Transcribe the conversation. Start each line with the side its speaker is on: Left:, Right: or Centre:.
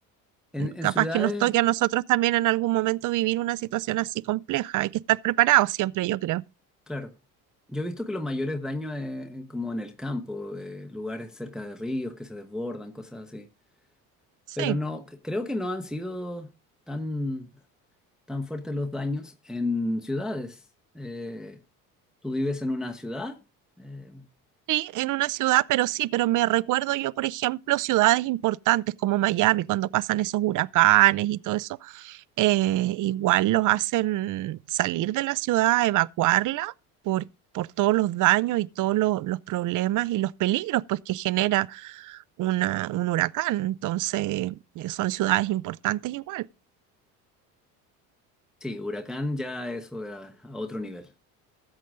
Centre: En, en
Right: capaz
Centre: ciudades,
Right: que nos toque a nosotros también en algún momento vivir una situación así compleja. Hay que estar preparados siempre, yo creo.
Centre: claro, yo he visto que los mayores daños eh, en- como en el campo, eh, lugares cerca de ríos que se desbordan, cosas así.
Right: Sí,
Centre: Pero no, c- creo que no han sido tan, tan fuertes los daños en ciudades. Eh, ¿tú vives en una ciudad? Eh,
Right: sí, en una ciudad, pero sí, pero me recuerdo yo, por ejemplo, ciudades importantes como Miami, cuando pasan esos huracanes y todo eso, eh, igual los hacen salir de la ciudad, evacuarla por, por todos los daños y todos lo- los problemas y los peligros pues, que genera una, un huracán. Entonces, eh, son ciudades importantes igual.
Centre: sí, huracán ya eso a a otro nivel.